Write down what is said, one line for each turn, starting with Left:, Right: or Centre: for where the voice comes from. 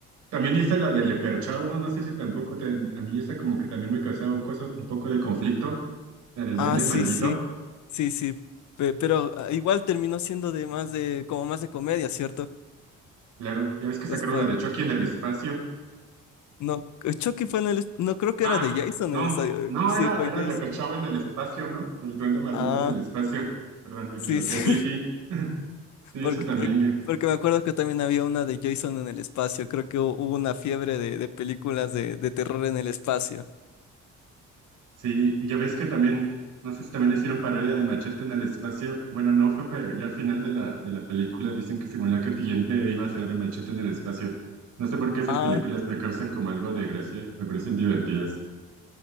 Right: También y esa la del Leperchao, ¿no? No sé si tampoco te- a mí esa como que también me causaba un, coso, un poco de conflicto, la del
Left: Ah,
Right: duende
Left: sí,
Right: maldito.
Left: sí. Sí, sí. Pe- pero ah, igual terminó siendo de más de, como más de comedia, ¿cierto?
Right: Claro, ya ves que sacaron
Left: Después.
Right: la de Chucky en el espacio.
Left: No, eh, Chucky fue en el... No creo que
Right: Ah,
Left: era de Jason.
Right: no,
Left: esa- eh,
Right: no,
Left: sí,
Right: era,
Left: fue
Right: era
Left: Jason.
Right: Lepechaue en el espacio, ¿no? El duende maldito
Left: Ah,
Right: en el espacio. Perdón, me equivoqué.
Left: sí, sí.
Right: Sí,
Left: <laughs>
Right: sí, sí,
Left: Porque,
Right: esa también.
Left: eh,
Right: que-
Left: porque me acuerdo que también había una de Jason en el espacio. Creo que hu- hubo una fiebre de, de películas de, de terror en el espacio.
Right: Sí, ya ves que también, no sé si también le hicieron parodia de Machete en el espacio. Bueno, no fue, pero ya al final de la, de la película dicen que según la que siguiente iba a ser de Machete en el espacio. No sé por qué esas
Left: Ah,
Right: películas me causan como algo de gracia, me parecen divertidas.